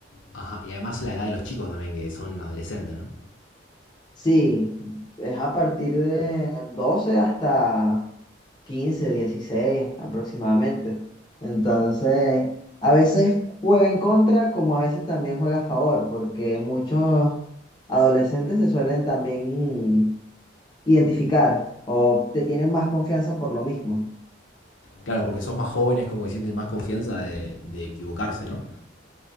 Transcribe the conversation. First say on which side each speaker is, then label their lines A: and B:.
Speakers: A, on the left; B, on the left.
A: Ajá, y además la edad de los chicos también, que son adolescentes, ¿no?
B: Sí, es a partir de 12 hasta 15, 16, aproximadamente. Entonces, a veces juega en contra, como a veces también juega a favor, porque muchos adolescentes se suelen también identificar o te tienen más confianza por lo mismo.
A: Claro, porque sos más jóvenes, como que sienten más confianza de, de equivocarse, ¿no?